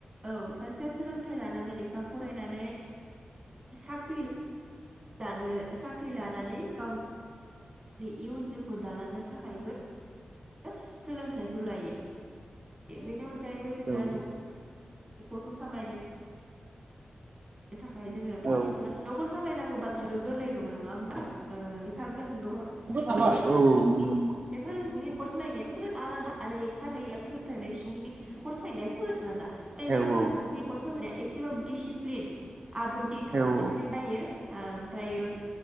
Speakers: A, on the right; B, on the right.
A: औ सासेया सोलोंथाइ लानानै लेखा फरायनानै साख्रि दानो साख्रि लानानै गाव आंनि इयुन जिउखौ दालांनो थाखायबो <unintelligible> सोलोंथाइखौ लायो। बेनि अनगायैबो जोङो
B: औ
A: न'खरखौ सामलायनो थाखाय जोङो बिदि
B: औ
A: न'खर सामलायनांगौ बाथ्रायाथ' गोरलै नङा नङा होमबा लेखा गोरों नखर
B: औ
A: लेखा गोरों
B: औ
A: सुबुंनि
B: नंगौ नंगौ
A: बेखौ सुबुंनि करस सोलायनाया जोबोद आलादा आरो बेखा सोलथाय सुबुंनि नखर सालायनायाथ बबोद आलादा ओय
B: औ
A: लेखा गोरों
B: औ
A: सुबुंनि नखर सालायनाया एसेब्लाबो दिसिप्लिन आब्रुथि साखोन
B: औ औ
A: सिखोनै जायो ओमफ्रायो